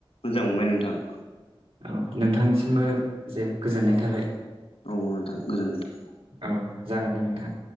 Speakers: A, on the left; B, on the right.
A: मोजां मोनबाय नोंथां।
B: औ नोंथांनिसिमबो जे गोजोननाय थाबाय।
A: औ नोंथां गोजोन्थों।
B: औ जागोन दे नोंथां।